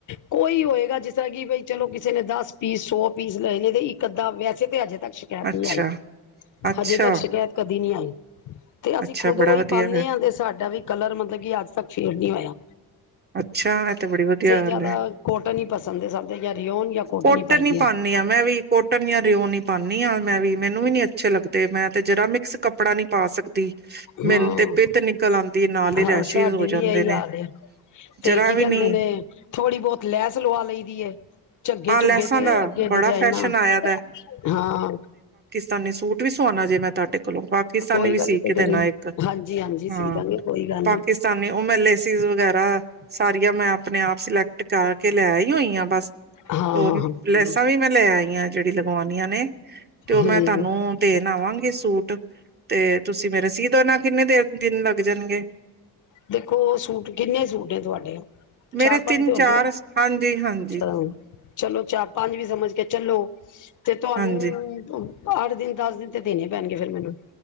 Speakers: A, on the left; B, on the right.
A: ਕੋਈ ਹੋਏਗਾ ਜਿਸ ਤਰਾਂ ਕੇ ਬਈ ਚਲੋ ਕਿਸੇ ਨੇ ਦੱਸ ਪੀਸ ਸੌ ਪੀਸ ਲਏ ਨੇ ਤੇ ਇੱਕ ਅੱਧਾ ਵੈਸੇ ਤੇ ਅੱਜ ਤ ਸ਼ਕੈਤ
B: ਅੱਛਾ
A: ਨੀ ਆਈ,
B: ਅੱਛਾ
A: ਹਜੇ ਤੱਕ ਸ਼ਕੈਤ ਕਦੀ ਨੀ ਆਈ। ਤੇ ਅਸੀਂ
B: ਅੱਛਾ
A: ਖੁਦ
B: ਬੜਾ
A: ਓਈ
B: ਵਧੀਆ
A: ਪਾਨੇ
B: ਫਿਰ
A: ਆਂ ਤੇ ਸਾਡਾ ਵੀ ਕਲਰ ਮਤਲਬ ਕੇ ਅੱਜ ਤੱਕ ਫੇਡ ਨੀ ਹੋਏਆ।
B: ਅੱਛਾ ਐ ਤੇ ਬੜੀ ਵਦੀਆ ਗੱਲ
A: ਜ਼ਿਆਦਾ
B: ਐ,
A: ਕੋਟਨ ਹੀ ਪਸੰਦ ਹੈ ਸਾਨੂੰ ਜਾਂ ਰਿਓਨ ਜਾਂ
B: ਕੋਟਨ
A: ਹੀ ਪਾਈ ਦੀ
B: ਈ
A: ਹੈ
B: ਪਾਂਨੀ ਆ ਮੈਂ ਵੀ। ਕੋਟਨ ਜਾਂ ਰਿਓਨ ਈ ਪਾਂਨੀ ਆਂ ਮੈਂ ਵੀ ਮੈਨੂੰ ਵੀ ਨੀ ਅੱਛੇ ਲੱਗਦੇ ਮੈਂ ਤੇ ਜਰਾ ਮਿਕਸ ਕੱਪੜਾ ਨੀ ਪਾ ਸਕਦੀ।
A: ਹਾਂ
B: ਮੈਨੂੰ ਤੇ ਪਿੱਤ ਨਿਕਲ ਆਂਦੀ ਏ ਨਾਲ ਈ
A: ਹਾਂ
B: ਰੈਸ਼ਜ਼
A: ਸਾਡੇ
B: ਹੋ
A: ਵੀ
B: ਜਾਂਦੇ
A: ਇਹੀ
B: ਨੇ।
A: ਹਾਲ ਹੈ ਤੇ
B: ਜਰਾ
A: ਕੀ
B: ਵੀ
A: ਕੈਂਦੇ
B: ਨੀ
A: ਨੇ ਥੋੜੀ ਬੋਤ ਲੈਸ ਲਵਾ ਲਈ ਦੀ ਏ। ਝੱਗੇ
B: ਹਾਂ
A: ਝੁਗੇ
B: ਲੈਸਾਂ
A: ਤੇ
B: ਦਾ
A: ਅੱਗੇ
B: ਬੜਾ
A: ਡਿਜਾਇਨਾਂ,
B: ਫੈਸ਼ਨ ਆਇਆ
A: ਹਾਂ।
B: ਤਾ ਨੀ ਸੂਟ ਵੀ ਸਵਾਨਾ ਜੇ ਮੈਂ ਤੁਆਡੇ ਕੋਲੋਂ ਪਾਕਿਸਤਾਨੀ
A: ਕੋਈ
B: ਵੀ
A: ਗੱਲ
B: ਸੀਅ
A: ਨੀ ਕੋਈ
B: ਕੇ ਦੇਨਾ
A: ਗੱਲ ਨੀ।
B: ਇੱਕ
A: ਹਾਂਜੀ ਹਾਂਜੀ ਸੀ
B: ਹਾਂ
A: ਦਾਂਗੇ ਕੋਈ ਗੱਲ
B: ਪਾਕਿਸ
A: ਨੀ
B: ਸਾਨੇ ਮੈਂ ਓ ਲੇਸੀਜ਼ ਵਗੈ ਸਾਰੀਆਂ ਮੈਂ ਆਪਨੇ ਆਪ ਸਿਲੈਕਟ ਕਰਕੇ ਲੈ ਆਈ ਹੋਈ ਹਾਂ ਬਸ।
A: ਹਾਂ
B: ਓ
A: ਹਾਂ ਹਾਂ
B: ਲੈਸਾਂ ਵੀ ਮੈਂ ਲੈ ਆਈ ਆਂ ਜੇੜੀ ਲਗਵਾਨੀਆਂ ਨੇ, ਤੇ ਓ
A: ਹੂੰ।
B: ਮੈਂ ਤਾਨੂੰ ਦੇਨ ਆਵਾਂਗੀ ਸੂਟ, ਤੇ ਤੁਸੀਂ ਮੇਰੇ ਸੀਅ ਦੇਨਾ ਕਿੰਨੇ ਦੇ ਦਿਨ ਲੱਗ ਜਾਨਗੇ।
A: ਦੇਖੋ ਸੂਟ ਕਿੰਨੇ ਸੂਟ ਨੇ ਤੁਆਡੇ, ਚਾਰ
B: ਮੇਰੇ
A: ਪੰਜ
B: ਤਿੰਨ
A: ਤੇ ਹੋਨਗੇ,
B: ਚਾਰ ਹਾਂਜੀ ਹਾਂਜੀ
A: ਅੱਛਾ ਚਲੋ ਚਾਰ ਪੰਜ ਵੀ ਸਮਝ ਕੇ ਚਲੋ, ਤੇ ਤਆਨੂੰ
B: ਹਾਂਜੀ
A: ਅੱਠ ਦਿਨ ਦਸ ਦਿਨ ਤੇ ਦੇਨੇ ਪੈਨਗੇ ਫੇਰ ਮੈਨੂੰ।